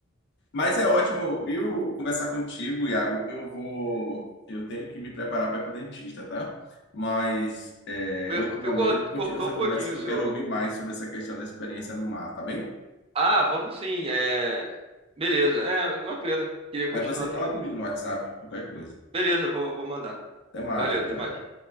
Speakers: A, on the left; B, on the right.
A: Mas é ótimo, viu, conversar contigo, Iago. Eu vou, eu tenho que me preparar para ir pro dentista, tá? Mas é,
B: Pe-
A: outro momento
B: pe- cor-
A: a gente continua
B: Cortou
A: essa
B: um
A: conversa
B: pouquinho
A: que
B: o
A: eu
B: seu.
A: quero ouvir mais sobre essa questão da experiência no mar, tá bem?
B: Ah, vamos sim, é. Beleza, é uma pena. Queria continuar
A: Aí você fala
B: também,
A: comigo
B: mas
A: no WhatsApp, qualquer coisa.
B: beleza, eu vou, vou mandar.
A: Até mais,
B: Valeu,
A: tchau,
B: até
A: tchau.
B: mais.